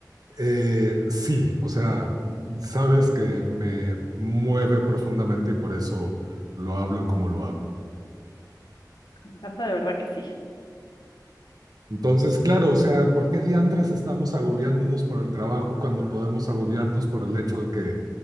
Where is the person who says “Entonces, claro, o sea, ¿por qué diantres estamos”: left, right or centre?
Right